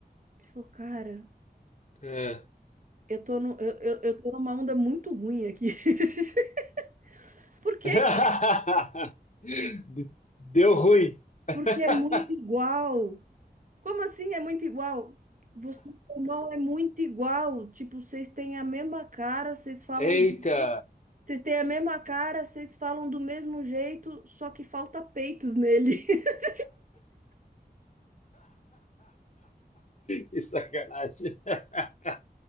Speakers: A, on the right (about 50°); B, on the left (about 45°).
A: e falou, cara,
B: É.
A: eu tô no, eu, eu, eu tô numa onda muito ruim aqui. <laughs> Por quê,
B: <laughs>
A: cara?
B: De- Deu ruim. <laughs>
A: Porque é muito igual. Como assim é muito igual? Você e seu irmão é muito igual. Tipo, vocês têm a mesma cara, vocês falam
B: Eita!
A: do... me- vocês têm a mesma cara, vocês falam do mesmo jeito, só que falta peitos nele. <laughs>
B: Que sacanagem. <laughs>